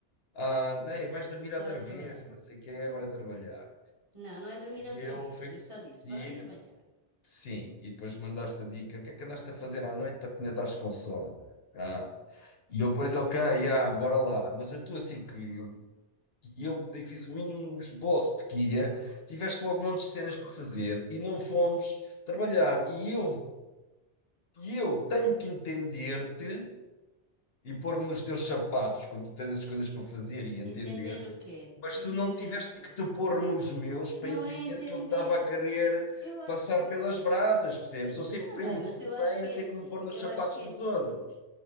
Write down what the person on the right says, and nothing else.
Bora
trabalhar.
Não, não é dormir outra
vez.
Eu só disse,
bora trabalhar.
Entender o quê?
Entender
o quê?
Não
é entender.
Eu acho
que.
Tá bem,
mas
eu acho que é
assim.
Eu
acho que
é assim.